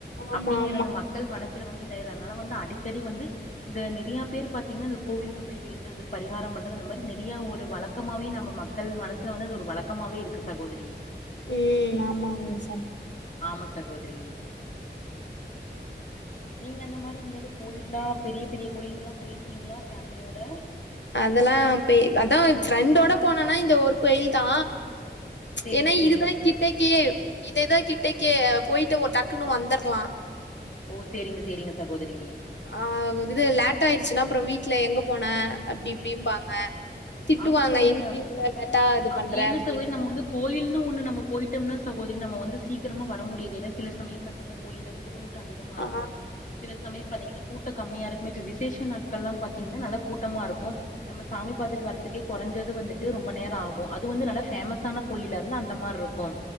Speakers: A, on the left; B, on the left.
A: அப்டிங்கிற
B: ஆமா ஆமா
A: அந்த மக்கள் மனசுல வந்து இதாயிது அதனால வந்து அடிக்கடி வந்து இந்த நிறைய பேர் பாத்தீங்கன்னா இந்த கோவிலுக்கு போய் வேன்றது பரிகாரம் பண்றது அந்த மாறிஜ நெறையா ஒரு வழக்கமாவே நம்ம மக்கள் மனசு ல வந்து ஒரு வழக்கமாவே இருக்கு சகோதரி
B: ம் ஆமாங்க சார்
A: ஆமா சகோதரி நீங்க அந்த மாறி எங்கியாவது கோயில்லா பெரிய பெரிய கோயிலுகெல்லா போயிருக்கீங்ளா ஃபேமிலியோட
B: அதல்லா பேய் அதா ஃப்ரெண்டோட போனேனா இந்த ஒரு கோயில் தா
A: சேரிங்க
B: ஏன்னா
A: சேரிங்க
B: இதுதா
A: சகோதரி
B: கிட்டக்கெயே இதேதா கிட்டக்கே போயிட்டு ஒரு டக்குன்னு வந்தர்லா
A: ஓ சேரிங்க சேரிங்க சகோதரி
B: ஆ இது லேட் ஆயிர்ச்சுன்னா அப்பறொ வீட்ல எங்க போன அப்டி இப்டிம்பாங்க திட்டுவாங்க
A: ஆமா சகோதரி
B: இதுக்கு
A: நம்
B: இவ்ளோ லேட்டா இது
A: அ
B: பண்ற
A: என்ன
B: அப்டின்ட்டு
A: சகோதரி நம்ம வந்து கோயில்னு ஒன்னு நம்ம போயிட்டொம்னா சகோதரி நம்ம வந்து சீக்கரமா வர முடியாது ஏன்னா சில சமயம் பாத்திங்கன்னா கோயில்ல வந்து கூட்டொ அதிகமா
B: ஆ
A: இருக்கு சில சமயொ பாத்திங்கன்னா கூட்டொ கம்மியா இருக்கு இப்ப விசேஷ நாட்கள்லா பாத்திங்கன்னா நல்லா கூட்டமா இருக்கு நம்ம சாமி பாத்துட்டு வர்றதுக்கே கொறஞ்சது வந்துட்டு ரொம்ப நேரொ ஆகு அது வந்து நல்லா ஃபேமஸான கோயில ன்னா அந்த மாரி இருக்கு